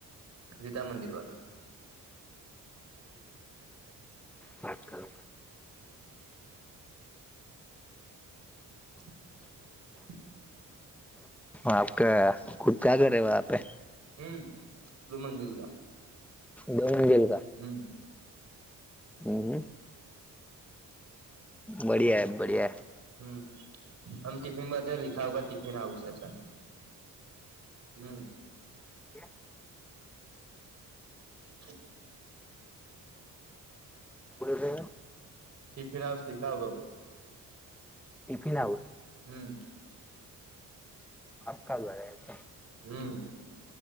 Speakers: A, on the right; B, in the centre.
A: ગીતા મંદિર વાળા
B: વાત કર
A: <inaudible>
B: આપ ક ખુ ક્યા કરેે
A: હમ્મ લુમન જલા
B: દોન ગેલ ક
A: હમ્મ
B: હમ હમ બળિયા બઢિયા
A: હમ આમ ટિફિનમાં અ લીખાવગ ટિફિન આવશે સર હમ્મ
B: કે <unintelligible>
A: <unintelligible>
B: બ
A: ટિફિન આવ લીખા
B: ટિફિન હાઉસ
A: હમ્મ
B: આા ક ગ છે.
A: હમ